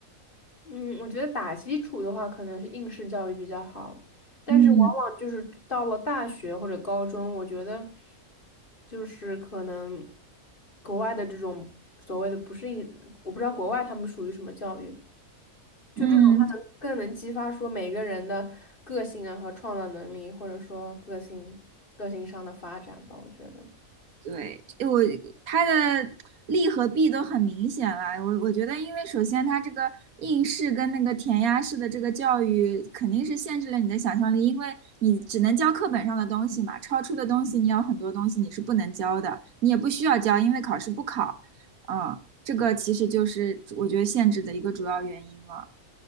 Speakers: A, on the left; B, on the right.
A: 嗯，我觉得打基础的话，可能是应试教育比较好，但是往往就是到了大学或者高中，
B: 嗯
A: 我觉得就是可能国外的这种所谓的不是应，我不知道国外他们属于什么教育，就这种，
B: 嗯，
A: 他能更能激发说每个人的个性啊和创造能力，或者说个性个性上的发展吧，我觉得。
B: 对，我它的利和弊都很明显了。我我觉得，因为首先它这个应试跟那个填鸭式的这个教育，肯定是限制了你的想象力，因为你只能教课本上的东西嘛，超出的东西你有很多东西你是不能教的，你也不需要教，因为考试不考。嗯，这个其实就是我觉得限制的一个主要原因了。